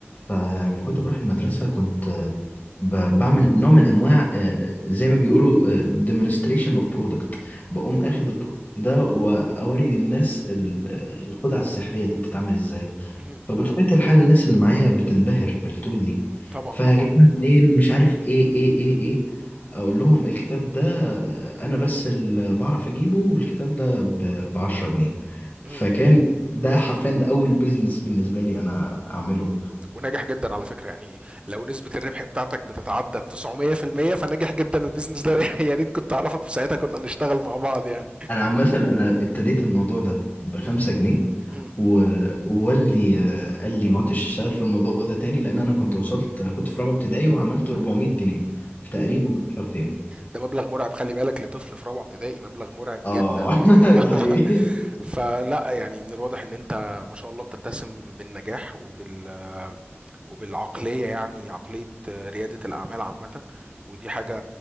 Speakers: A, on the left (about 40°); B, on the right (about 25°).
A: فلما كنت بروح المدرسة كنت آه، ب- بعمل نوع من أنواع آه، زي ما بيقولوا آه، demonstration of product بقوم
B: مم،
A: أخد البرودكت ده وأوري للناس ال- آه، الخدعة السحرية دي بتتعمل إزاي
B: مم.
A: فبطبيعة الحال الناس اللي معايا بتنبهر بالتول دي
B: طبعا
A: فجايبها
B: طبعا
A: منين مش عارف إيه إيه إيه إيه أقول لهم الكتاب ده آه، أنا بس اللي بعرف أجيبه والكتاب ده ب 10 جنيه
B: مم.
A: فكان ده حرفيا ده اول بيزنس بالنسبه لي انا اعمله
B: وناجح جدا على فكره يعني لو نسبه الربح بتاعتك بتتعدى 900% فناجح جدا البيزنس ده <laughs> يا ريت كنت اعرفك في ساعتها كنا نشتغل مع بعض يعني
A: انا عامه انا ابتديت الموضوع ده بخمسة
B: مم،
A: جنيه
B: مم.
A: و- ووالدي آه، قال لي ما عدتش اشتغل في الموضوع ده تاني لان انا كنت وصلت كنت في رابعه ابتدائي وعملت 400 جنيه في تقريبا 10 تاني
B: ده مبلغ مرعب خلي بالك لطفل في رابعة ابتدائي مبلغ مرعب
A: اه
B: جدا يعني
A: <laughs> ده حقيقي
B: <laughs> فلا يعني من الواضح ان انت ما شاء الله بتتسم بالنجاح وبال وبالعقلية يعني عقلية ريادة الأعمال عامة ودي حاجة